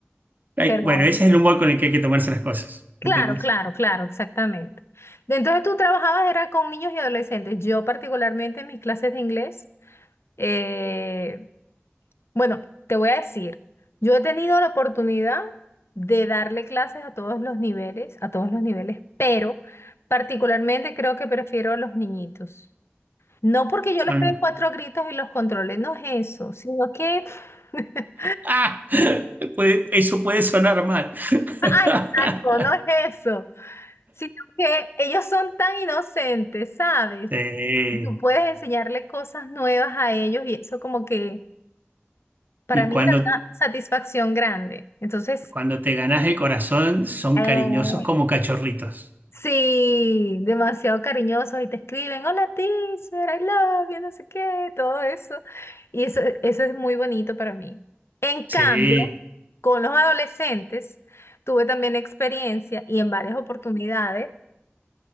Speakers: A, on the right; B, on the left.
A: Ay,
B: Pero
A: Bueno,
B: bueno.
A: ese es el humor con el que hay que tomarse las cosas,
B: Claro,
A: ¿entendés?
B: claro, claro, exactamente. Entonces tú trabajabas era con niños y adolescentes. Yo particularmente en mis clases de inglés eh, Bueno, te voy a decir, yo he tenido la oportunidad de darle clases a todos los niveles, a todos los niveles, pero particularmente creo que prefiero a los niñitos. No porque yo
A: Son...
B: les pegue cuatro gritos y los controle, no es eso, sino que, <laughs>
A: ¡Ah! <laughs> Puede- eso puede sonar mal. <laughs>
B: ah, exacto, no es eso, sino que ellos son tan inocentes, ¿sabes?
A: Sí.
B: Y tú puedes enseñarle cosas nuevas a ellos y eso como que para
A: Y
B: mí
A: cuando,
B: era una satisfacción grande. Entonces...
A: cuando te ganas el corazón, son
B: Eh,
A: cariñosos como cachorritos.
B: Sí, demasiado cariñosos y te escriben, hola teacher, I love you, no sé qué, todo eso. Y eso, eso es muy bonito para mí. En cambio,
A: Sí.
B: con los adolescentes tuve también experiencia y en varias oportunidades,